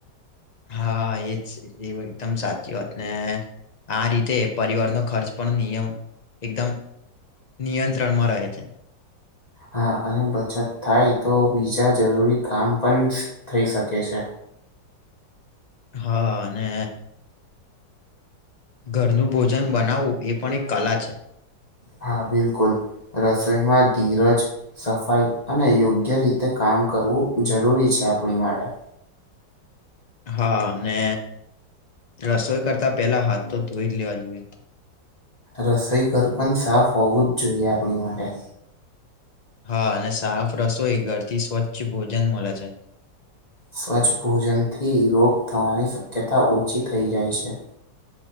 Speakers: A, on the left; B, on the left.
A: હા એજ એ એકદમ સાચી વાત ને આ રીતે પરિવારનો ખર્ચ પણ નિયમ એકદમ નિયંત્રણમાં રહે છે
B: હા અને બચત થાય તો બીજા જરૂરી કામ પણ થઈ શકે છે.
A: હા અને ઘરનું ભોજન બનાવવું એ પણ એક કલા છે
B: હા બિલકુલ રસોઈમાં ધીરજ સફાઈ અને યોગ્ય રીતે કામ કરવું જરૂરી છે આપણી માટે
A: હા ને રસોઈ કરતા પેલા હાથ તો ધોઈ જ લેવા જોઈએ
B: રસોઈ ઘર પણ સાફ હોવું જ જોઈએ આપણી માટે
A: હા અને સાફ રસોઈ ઘર થી સ્વચ્છ ભોજન મળે છે
B: સ્વચ્છ ભોજનથી રોગ થવાની શક્યતા ઓછી થઈ જાય છે